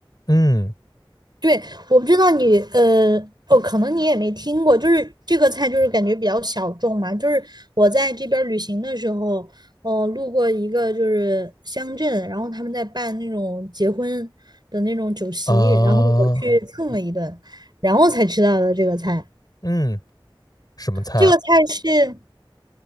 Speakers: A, on the left; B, on the right.
A: 嗯
B: 对，我不知道你，呃，哦，可能你也没听过，就是这个菜，就是感觉比较小众嘛。就是我在这边儿旅行的时候，哦，路过一个就是乡镇，然后他们在办那种结婚的那种酒席，
A: 啊、呃
B: 然后我去蹭了一顿，然后才知道的这个菜。
A: 嗯，什么菜啊？
B: 这个菜是